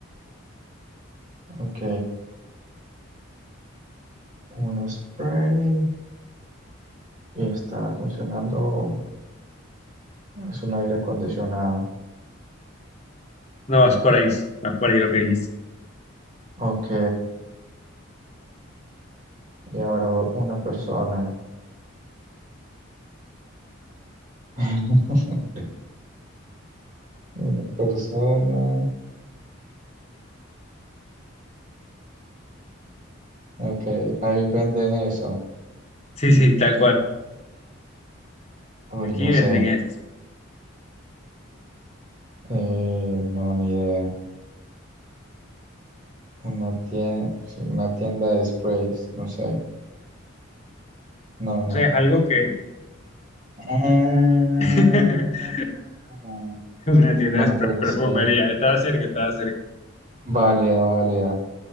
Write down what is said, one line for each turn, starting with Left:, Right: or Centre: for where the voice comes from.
Right: Ok. Un spray. Y está funcionando. Es un aire acondicionado.
Left: No, vas por ahí, vas por ahí lo que dijiste.
Right: Ok. Y ahora una persona. <laughs> Una persona. Ok. Ahí venden eso.
Left: Sí, sí, tal cual.
Right: Uy,
Left: Aquí
Right: no
Left: venden
Right: sé.
Left: esto.
Right: Eh, no, ni idea. Una tienda, una tienda de sprays, no sé. No,
Left: O
Right: no.
Left: sea, es algo que...
Right: Ah.
Left: <laughs> Una tienda
Right: No,
Left: de pre-
Right: pero
Left: perfumería.
Right: sí.
Left: Estaba cerca, estaba cerca.
Right: Válida, válida.